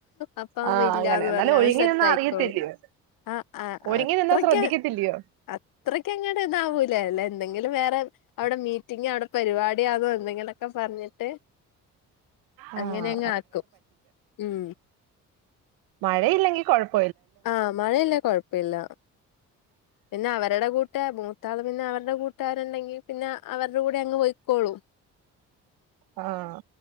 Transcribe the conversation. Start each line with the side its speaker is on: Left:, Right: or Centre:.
Left: അപ്പ
Right: ആഹ്
Left: ഇല്ലാന്ന്
Right: അങ്ങനെ എന്നാലും
Left: പറഞ്ഞ
Right: ഒഴുങ്ങി
Left: അത് സെറ്റ്
Right: നിന്നാ
Left: ആയിക്കോളു
Right: അറിയത്തില്ലയോ
Left: ആ
Right: ഒരുങ്ങി
Left: അത്രക്ക്
Right: നിന്നാ ശ്രദ്ധിക്കത്തില്ലയോ
Left: അത്രക്ക് അങ്ങട് ഇതാവൂലല്ല ഞാന് എന്തെങ്കിലും വേറെ അവിടെ മീറ്റിംഗ് അവിടെ പരിപാടി- <unintelligible> യാകും എന്നി ഇങ്ങനെയൊക്കെ പറഞ്ഞിട്ട്
Right: ആഹ്
Left: അങ്ങനെയങ്ങ് ആക്കും ഉം
Right: മഴയില്ലെങ്കിൽ കൊഴപ്പ-
Left: ആഹ് മഴയിലേൽ കുഴപ്പമില്ല പിന്നെ അവരുടെ കൂട്ടേ മൂത്താള് പിന്നെ അവരുടെ കൂട്ടേ- കൂട്ടാരുണ്ടെങ്കിൽ- പിന്നെ അവരുടെ കൂടെ അങ്ങ് പോയിക്കോളും
Right: ആഹ്